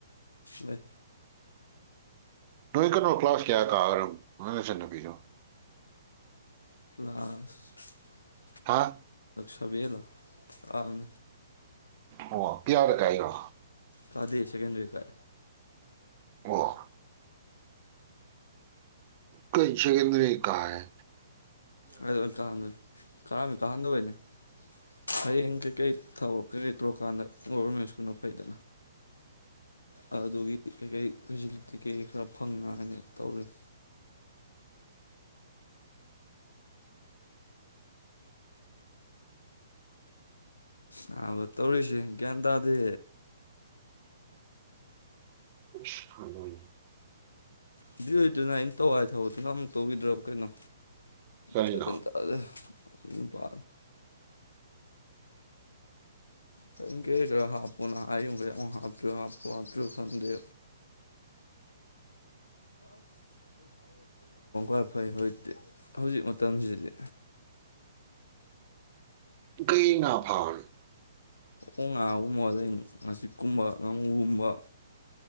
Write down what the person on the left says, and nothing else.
ꯂꯩ
ꯂꯥꯁ
ꯁꯚꯦꯟꯂꯣ ꯑꯥꯝ
ꯀꯥꯗꯦ ꯁꯦꯀꯦꯟꯗ꯭ꯔꯤ ꯀꯥꯏ
ꯑꯗꯨ ꯀꯥꯍꯟꯕꯩ ꯀꯥꯔꯝꯃꯤ ꯀꯥꯍꯟꯗꯕꯩꯅꯤ ꯍꯌꯦꯡ ꯀꯩꯀꯩ ꯊꯕꯛ ꯀꯩꯀꯩ ꯇꯧꯔꯀꯥꯟꯗ ꯒꯣꯔꯚꯔꯃꯦꯟ ꯁ꯭ꯀꯨꯜꯅ ꯐꯩꯗ ꯑꯗꯨꯗꯨꯒꯤ ꯀꯩꯀꯩ ꯐꯦꯁꯤꯂꯤꯇꯤ ꯀꯩꯀꯩ ꯈꯔ ꯐꯪꯅꯉꯥꯏꯅꯤ ꯇꯧꯔꯤꯝꯅꯤ ꯅꯥꯕ ꯇꯧꯔꯤꯁꯤ ꯒ꯭ꯌꯥꯟ ꯇꯥꯗꯦ
<unintelligible> ꯇꯧ ꯍꯥꯏ ꯊꯕꯛꯇꯣ ꯅꯪ ꯃꯨꯛ ꯇꯧꯒꯤꯗ꯭ꯔꯣ ꯀꯩꯅꯣ
ꯒ꯭ꯌꯥꯟ ꯇꯥꯗꯦ ꯅꯨꯄꯥ ꯄꯦꯡꯀꯦꯒ꯭ꯔ ꯍꯥꯞꯄꯨꯅ ꯑꯌꯨꯝꯒꯤ ꯑꯃ ꯍꯥꯞꯇꯤꯔ ꯍꯥꯞꯄꯨ ꯍꯥꯞꯇꯣꯏꯔ ꯈꯪꯗꯦ <unintelligible> <unintelligible> ꯍꯧꯖꯤꯛ ꯃꯇꯝꯖꯤꯗꯤ
ꯑꯣꯡ ꯉꯥꯒꯨꯝꯕ ꯑꯗꯩ ꯉꯥꯆꯤꯛꯀꯨꯝꯕ ꯉꯥꯃꯨꯒꯨꯝꯕ